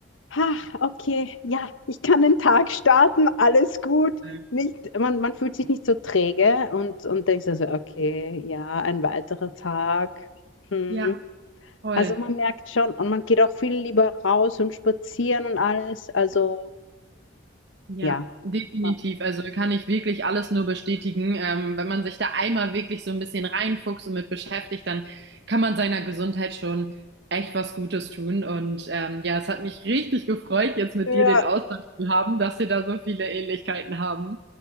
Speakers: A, on the left; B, on the right.
A: Ha, okay, ja, ich kann den Tag starten, alles gut.
B: Ja,
A: Nicht, man, man fühlt sich nicht so träge und, und denkt so, so, okay, ja, ein weiterer Tag. Hm.
B: ja, voll.
A: Also man merkt schon und man geht auch viel lieber raus und spazieren und alles. Also
B: Ja,
A: ja,
B: definitiv.
A: man,
B: Also kann ich wirklich alles nur bestätigen. Ähm, wenn man sich da einmal wirklich so ein bisschen reinfuchst und mit beschäftigt, dann kann man seiner Gesundheit schon echt was Gutes tun. Und ähm, ja, es hat mich richtig gefreut, jetzt mit
A: Ja,
B: dir den Austausch zu haben, dass wir da so viele Ähnlichkeiten haben.